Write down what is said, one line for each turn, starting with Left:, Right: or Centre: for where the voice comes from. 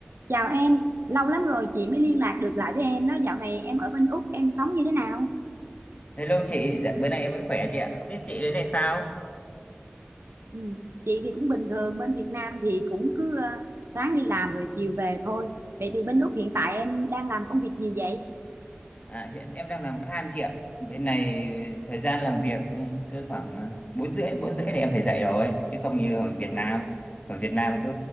Right: Chào em, lâu lắm rồi chị mới liên lạc được lại với em. đó dạo này em ở bên Úc, em sống như thế nào?
Left: Hello chị, dạ, bữa nay em vẫn khỏe chị ạ. Không biết chị đến này sao?
Right: Ừ. Chị thì cũng bình thường, bên Việt Nam thì cũng cứ ờ, sáng đi làm rồi chiều về thôi. Vậy thì bên Úc hiện tại em đang làm công việc gì vậy?
Left: À, hiện em đang làm farm chị ạ. Bên này thời gian làm việc ấy, cứ khoảng ờ, bốn rưỡi bốn rưỡi thì em phải dậy rồi, chứ không như ở Việt Nam. Ở Việt Nam cứ